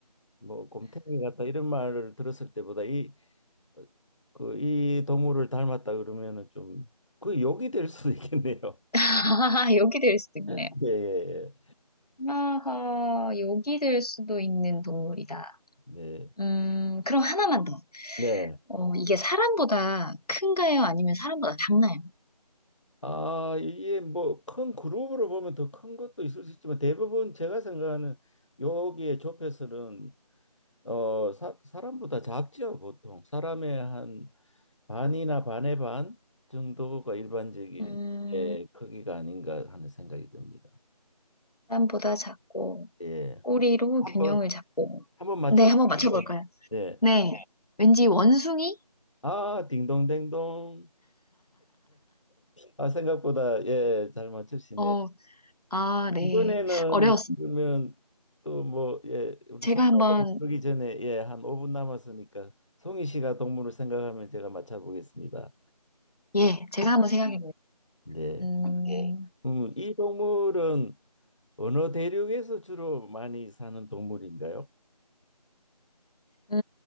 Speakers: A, on the left (about 50°); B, on the left (about 65°).
A: 뭐, 곰탱이 같다 이런 말을 들었을 때보다 이, 어, 그, 이 동물을 닮았다 그러면은 좀 그 욕이 될 수도 있겠네요.
B: <laughs> 여기 될 수도 있네요.
A: <laughs> 예, 예,
B: 아하, 여기 될 수도 있는 동물이다.
A: 예. 네,
B: 음, 그럼 하나만 더.
A: 네.
B: 어, 이게 사람보다 큰가요? 아니면 사람보다 작나요?
A: 아, 이게 뭐 큰 그룹으로 보면 더 큰 것도 있을 수 있지만 대부분 제가 생각하는 여기에 좁혀서는 어, 사, 사람보다 작죠, 보통. 사람의 한 반이나 반의 반 정도가 일반적인
B: 음,
A: 예, 크기가 아닌가 하는 생각이 듭니다.
B: 사람보다 작고,
A: 예.
B: 꼬리로
A: 한번
B: 균형을 잡고.
A: 한번 맞춰보시죠.
B: 네, 한번 맞춰볼까요?
A: 예.
B: 네. 왠지 원숭이?
A: 아, 딩동댕동. 아, 생각보다 예, 잘 맞추시네.
B: 어, 아, 네.
A: 이번에는
B: 어려웠습니다.
A: 그러면 또 뭐 예, 우리
B: 제가
A: 상사들이
B: 한번,
A: 부르기 전에 예, 한 5분 남았으니까 송희 씨가 동물을 생각하면 제가 맞춰보겠습니다.
B: 예, 제가 한번 생각해 볼게요.
A: 네.
B: 네.
A: 음, 이 동물은 어느 대륙에서 주로 많이 사는 동물인가요?
B: 음,